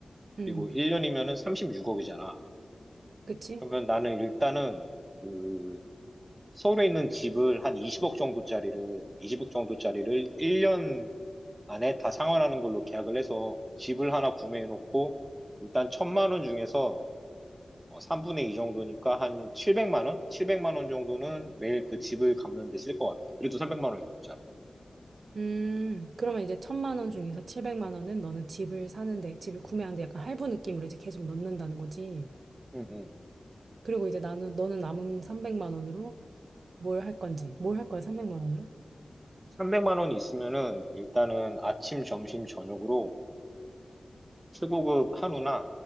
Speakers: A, on the right (about 85°); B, on the right (about 20°).
A: 응.
B: 그리고 1년이면은 36억이잖아.
A: 그치?
B: 그러면 나는 일단은, 그, 서울에 있는 집을 한 20억 정도짜리를, 20억 정도짜리를 1년 안에 다 상환하는 걸로 계약을 해서 집을 하나 구매해놓고, 일단 천만 원 중에서 어, 3분의 2 정도니까 한 700만 원? 700만 원 정도는 매일 그 집을 갚는 데 쓸 것 같아. 그래도 300만 원이 넘잖아.
A: 음, 그러면 이제 천만 원 중에서 700만 원은 너는 집을 사는데, 집을 구매하는데 약간 할부 느낌으로 이제 계속 넣는다는 거지.
B: 응, 응.
A: 그리고 이제 나는, 너는 남은 300만 원으로 뭘 할 건지, 뭘 할 거야, 300만 원으로?
B: 300만 원 있으면은 일단은 아침, 점심, 저녁으로 최고급 한우나